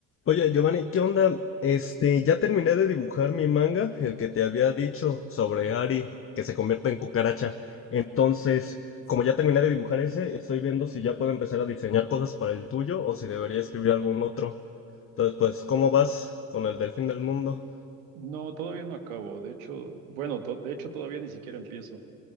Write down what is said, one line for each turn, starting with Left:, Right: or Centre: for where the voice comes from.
Left: Oye, Giovanni, ¿qué onda? Este, ya terminé de dibujar mi manga, el que te había dicho sobre Ari, que se convierte en cucaracha. Entonces, como ya terminé de dibujar ese, estoy viendo si ya puedo empezar a diseñar cosas para el tuyo o si debería escribir algún otro. Entonces, pues, ¿cómo vas con el del fin del mundo?
Right: No, todavía no acabo. De hecho, bueno, to- de hecho todavía ni siquiera empiezo.